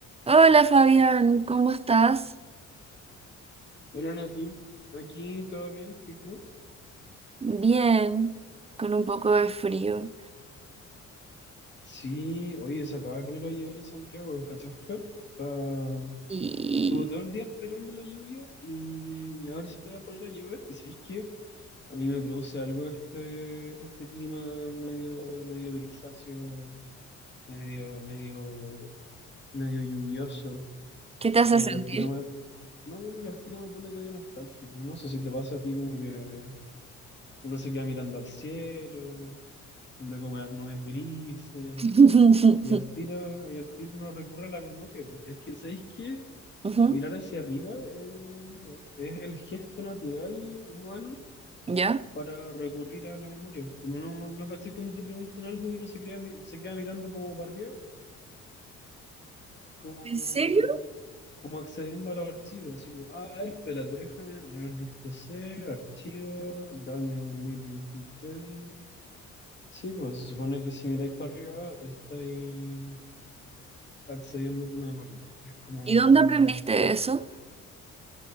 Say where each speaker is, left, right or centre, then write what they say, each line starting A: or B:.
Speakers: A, on the right; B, on the left.
A: Hola Fabián, ¿cómo estás?
B: Bueno, Nati, aquí todo bien, ¿y tú?
A: Bien, con un poco de frío.
B: Sí, oye, se acaba de poner a llover en Santiago, ¿cachaste? Está...
A: ¿Y
B: Estuve todo el día esperando la lluvia y, y ahora se acaba de poner a llover. ¿Y sabéis qué? A mí me produce algo este, este clima medio, medio grisáceo, medio, medio, medio lluvioso.
A: qué te
B: Así
A: hace
B: como
A: sentir?
B: que al tiro me... No, como que al tiro me pone medio nostálgico. No sé si te pasa a ti como que uno se queda mirando al cielo. viendo como las nubes grises.
A: <laughs>
B: Y al tiro, y al tiro uno recurre a la memoria. po. Es que, ¿sabéis qué?
A: Ujú,
B: Mirar hacia arriba eh, es el gesto natural humano
A: ¿Ya?
B: para recurrir a la memoria. Como no, no caché cuando te preguntan algo y uno se crea, mi- se queda mirando como para arriba, como,
A: ¿En serio?
B: como accediendo a los archivos. Así como, ah, a ver, espérate, déjame, a ver, disco C, archivo, daño dos mil veintitrés Sí, pues se supone que si miráis para arriba, estáis. accediendo a tu memoria, que es como
A: ¿Y dónde
B: un,
A: aprendiste eso?